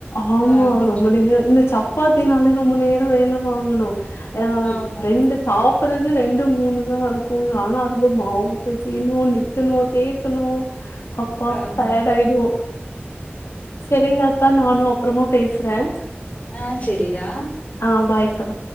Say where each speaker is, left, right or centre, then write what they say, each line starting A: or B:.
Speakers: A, on the left (about 85°); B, on the left (about 35°).
A: ஆமா
B: ஆ கொஞ்சோ
A: ரொம்ப நேரம் இந்த சப்பாத்தினால ரொம்ப நேரம் வேல வாங்கணும் ஆ
B: ஆமா
A: ரெண்டு சாப்புறது ரெண்டு மூணு தா இருக்குங்க ஆனா அதுக்கு மாவு பெசையனு நிக் க்கணு தேய்க்கணு அப்பா
B: ஆமா
A: டயர்ட் ஆய்டும் செரிங்க அக்கா நானும் அப்புறமா பேசுறேன்
B: ஆ செரிடா
A: ஆ பாய்க்கா